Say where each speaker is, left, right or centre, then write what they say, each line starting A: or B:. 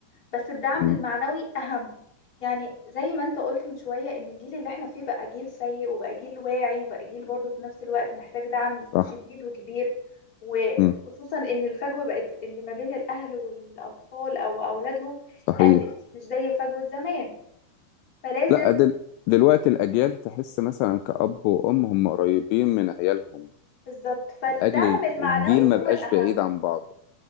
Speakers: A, on the left (about 20°); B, on the left (about 80°).
A: بس الدعم
B: امم
A: المعنوي أهم يعني زي ما انت قلت من شوية ان الجيل اللي احنا فيه بقى جيل سيء وبقى جيل واعي وبقى جيل برضه في نفس الوقت محتاج دعم
B: صح
A: شديد وكبير وخصوصا
B: امم
A: ان الفجوة بقت اللي ما بين الاهل والاطفال او اولادهم
B: صحيح
A: قلت مش زي فجوة زمان فلازم
B: لا دل... دلوقتي الاجيال تحس مثلا كاب وام هم قريبين من عيالهم
A: بالظبط فالدعم
B: لاجل
A: المعنوي
B: الجيل ما
A: هو
B: بقاش
A: الأهم
B: بعيد عن بعضه